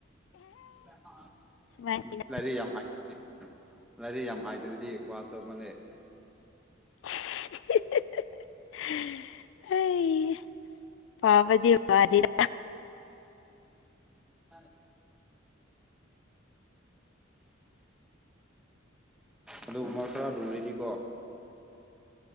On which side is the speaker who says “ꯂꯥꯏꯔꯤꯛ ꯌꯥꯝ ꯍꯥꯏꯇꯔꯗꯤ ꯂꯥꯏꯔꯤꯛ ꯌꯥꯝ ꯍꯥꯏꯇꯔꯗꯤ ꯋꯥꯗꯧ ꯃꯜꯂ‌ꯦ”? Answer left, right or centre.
Centre